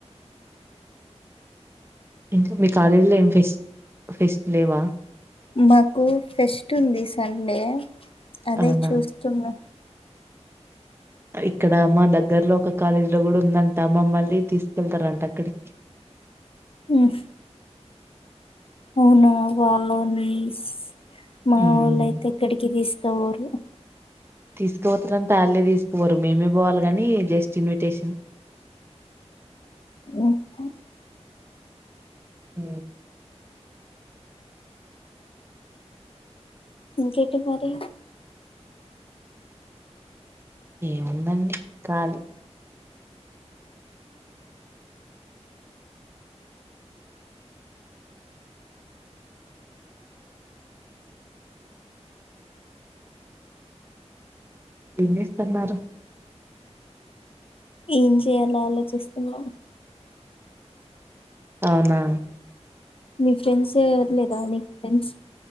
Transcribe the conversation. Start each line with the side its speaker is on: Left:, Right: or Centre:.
Right: ఇంకా మీ కాలేజీలో ఏం ఫెస్ట్ ఫెస్ట్ లేవా
Left: మాకు ఫెస్ట్ ఉంది సండే అదే
Right: అవునా
Left: చూస్తున్నా
Right: ఇక్కడ మా దగ్గర్లో ఒక కాలేజీ లో కూడా ఉందంట మమ్మల్ని తీసుకెళ్తారంట అక్కడికి
Left: ఉమ్ అవునా వాళ్ళో నైస్ మా
Right: ఉమ్
Left: వాళ్ళ అయితే ఎక్కడికి తీస్ క పోరు
Right: తీసుకుపోతారంటే ఆళ్లే తీసుకోవరు మేమే పోవాలి కాని జస్ట్ ఇన్విటేషన్
Left: ఇంక
Right: ఉ
Left: ఇంకేంటి మరి
Right: ఏముందండి కాళీ ఎం చేస్తన్నారు
Left: ఏం చేయాల ఆలోచిస్తున్నా
Right: అవునా
Left: మీ ఫ్రెండ్స్ ఎవరు లేదా నీకు ఫ్రెండ్స్